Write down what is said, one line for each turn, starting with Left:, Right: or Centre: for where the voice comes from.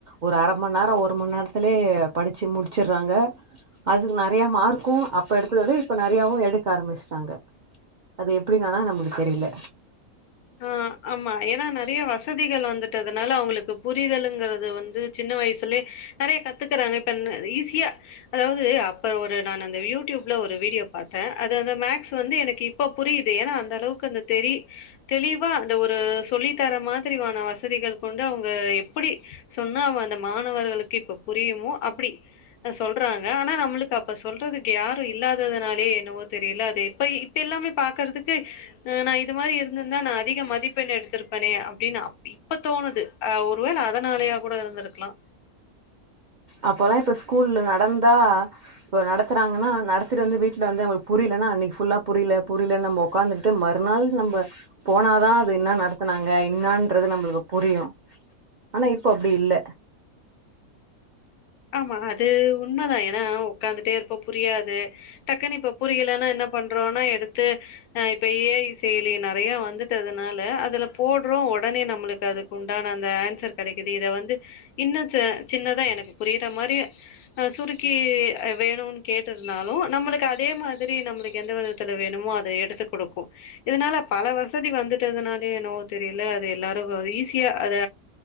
Right: ஒரு அர மண் நேரோ ஒரு மண் நேர்த்துலே படிச்சு முடிச்சிற்றாங்க அதுக்கு நெறைய மார்க்கு அப்ப எடுத்தத விட இப்ப நெறையவு எடுக்க ஆரம்பிஷ்ட்டாங்க அது எப்டின் ஆனா நம்மளுக்கு தெரியில
Left: ஆ ஆமா ஏனா நெறைய வசதிகள் வந்துட்டதுனால அவுங்களுக்கு புரிதலுங்கறது வந்து சின்ன வயசுலே நெறைய கத்துக்குறாங்க இப்ப ஈஸியா அதாவது அப்ப ஒரு நான் அந்த யூடியூப்ல ஒரு வீடியோ பாத்தே அது அந்த மேக்ஸ் வந்து எனக்கு இ ப்போ புரியுது ஏனா அந்த அளவுக்கு அந்த தெரி தெளிவா அந்த ஒரு சொல்லி தர மாதிரிவான வசதிகள் கொண்டு அவுங்க எப்படி சொன்னா அவ அந்த மாணவர்களுக்கு இப்ப புரியுமோ அப்படி னா சொல்றாங்க ஆனா நம்புளுக்கு அப்ப சொல் றதுக்கு யாரோ இல்லாததுனாலயோ என்னவோ தெரியுல அது இப்ப இப்ப எல்லாமே பாக்குறதுக்கு அ நா இது மாதிரி இருந்திருந்தா நா அதிக மதி ப்பெண் எடுத்திருப்பனே அப்டீன்னு அப் இப்ப தோணுது ஒருவேள அதனாலயா கூட இருந்திருக்கலா
Right: அப்பல்லா இப்ப ஸ்கூல்ல நடந்தா இப்போ நடத்துறாங்கன்னா நடத்திட்டு வந்து வீட்ல வந்து அவுங்குளுக்கு புரியலன்னா அன்னிக்கு ஃபுல்லா புரியுல புரியுல நம்போ ஒக்காந்துட்டு மறுநாள் நம்ப போனாதா அது இன்னா நடத்துனாங்க இன்னான்றது நம்புளுக்கு புரியு ஆனா இப்போ அப்டி இல்ல
Left: ஆமா அது உண்மதா ஏன்னா ஒக்காந்துட்டே இருப்போ புரியாது டக்குன்னு இப்போ புரியலைன்னா என்ன பண்றோனா எடுத்து அ இப்ப ஏ ஐ செயலி நறையா வந்துட்டதுனால அதுல போடுறோ ஒடனே நம்புளுக்கு அது உண்டான அந்த ஆன்சர் கெடைக்குது இத வந்து இன்னு சின்னதா எனக்கு புரிற மாரியே அ சுருக்கி வேணுன்னு கேட்டிருந்தாலு நம்புளுக்கு அதே மாதிரி நம்முளுக்கு எந்த வித பக்கத்துல வேணுமோ அத எடுத்து குடுக்கு இதனால பல வசதி வந்துட்டதுனாலயோ என்னவோ தெ அது எல்ல அது எல்லாரு ஈஸியா அத